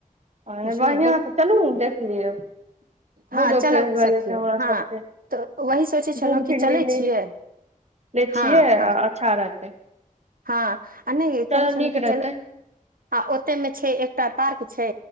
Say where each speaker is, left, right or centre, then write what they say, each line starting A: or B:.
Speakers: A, on the right; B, on the right.
A: ह नहि
B: बुझलहु
A: बढ़िआँ
B: बट
A: तऽ चलू ने देख लियब मूडो
B: हँ चलब
A: फ्रेश भए
B: सखी
A: जेतै हमरा
B: हँ
A: सभके
B: तऽ वही सोचै छलहुँ
A: घूम
B: कि
A: फिर
B: चलै
A: ले ले
B: छियै
A: ले
B: हँ
A: छियै
B: हँ
A: अच्छा रहतै
B: हँ आ नहि
A: चलो
B: कहै छलहु
A: नीक
B: कि
A: रहतै
B: चलू आ ओते में छै एकटा पार्क छै